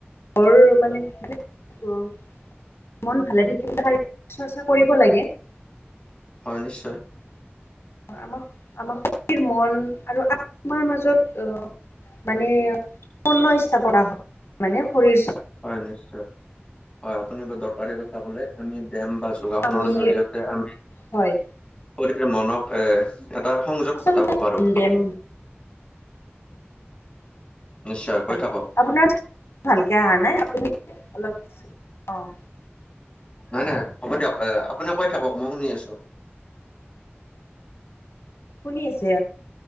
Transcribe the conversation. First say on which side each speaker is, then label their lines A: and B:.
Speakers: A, on the left; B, on the left.
A: ঘৰ মানে কি <unintelligible> মন ভালে থাকিলে শাৰীৰিক চৰ্চা কৰিব লাগে।
B: হয়, নিশ্চয়।
A: আমাৰ-আমাৰ শৰীৰ মন আৰু আত্মা। আত্মাৰ মাজত অহ, মানে <unintelligible> হয় মানে শৰীৰ
B: হয়, নিশ্চয়। হয়, আপুনি বাৰ দৰকাৰ কথা ক'লে আমি বেম বাছ যোগাসনৰ
A: আমি
B: জৰিয়তে আমি শৰীৰ
A: হয়
B: মনক এ এটা সংযোগ
A: আচলতে
B: ঘটাব পাৰোঁ।
A: ব্যায়াম
B: নিশ্চয় কৈ
A: হয়,
B: থাকক
A: আপোনাৰ চাউনটো ভালকৈ অহা নাই, আপুনি অলপ অহ।
B: নহয়-নহয় হ'ব দিয়ক। আপুনি কৈ থাকক মই শুনি আছোঁ।
A: শুনি আছে